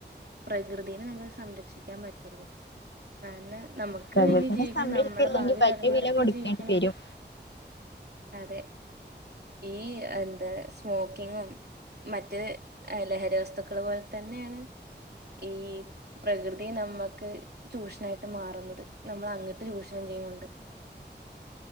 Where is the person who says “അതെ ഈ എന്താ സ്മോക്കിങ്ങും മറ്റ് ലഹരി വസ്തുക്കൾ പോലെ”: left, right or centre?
Right